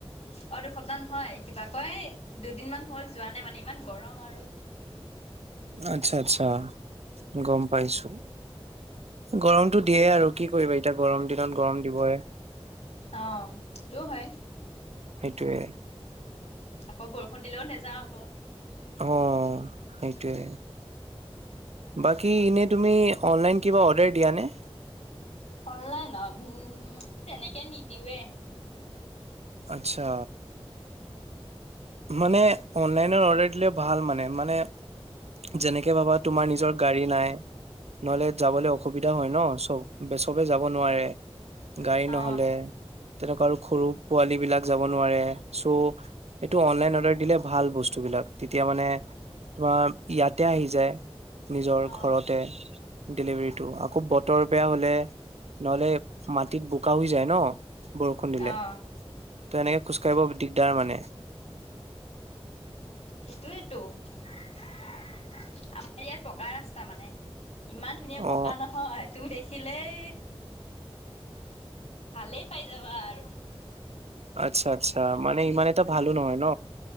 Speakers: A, on the left; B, on the right.
A: অ', দুসপ্তাহ নহয় কিবা কয় দুদিনমান হ'ল যোৱা নাই মানে ইমান গৰম আৰু।
B: আচ্ছা, আচ্ছা, গম পাইছোঁ গৰমটো দিয়ে আৰু কি কৰিবা এতিয়া গৰম দিনত গৰম দিবই।
A: অ', সেইটোও হয়।
B: সেইটোৱে।
A: আকৌ বৰষুণ দিলেও নেযাওঁ আকৌ।
B: অ সেইটোৱে। বাকী এনেই তুমি অনলাইন কিবা অৰ্ডাৰ দিয়া নে?
A: অনলাইনত উম তেনেকে নিদিওঁৱে।
B: আচ্ছা। মানে অনলাইনত অৰ্ডাৰ দিলে ভাল মানে মানে যেনেকে ভাবা তোমাৰ নিজৰ গাড়ী নাই নহলে যাবলৈ অসুবিধা হয় ন চব চবে যাব নোৱাৰে গাড়ী
A: অ
B: নহলে তেনেকুৱা আৰু সৰু পোৱালী বিলাক যাব নোৱাৰে চ' এইটো অনলাইন অৰ্ডাৰ দিলে ভাল বস্তু বিলাক তেতিয়া মানে তোমাৰ ইয়াতে আহি যায়। নিজৰ
A: অ
B: ঘৰতে। ডেলিভাৰীটো আকৌ বতৰ বেয়া হলে নহ'লে মাটিত বোকা হৈ যায় ন বৰষুণ দিলে
A: অ
B: ত এনেকে খোজ কাঢ়িব দিগদাৰ মানে।
A: সেইটোয়েটো আমাৰ ইয়াত পকা ৰাস্তা মানে। ইমান ধুনীয়া পকা
B: অ
A: নহয় তুমি দেখিলেই ভালেই পাই যাবা আৰু।
B: আচ্ছা আচ্ছা। মানে ইমান এটা ভালো নহয় ন?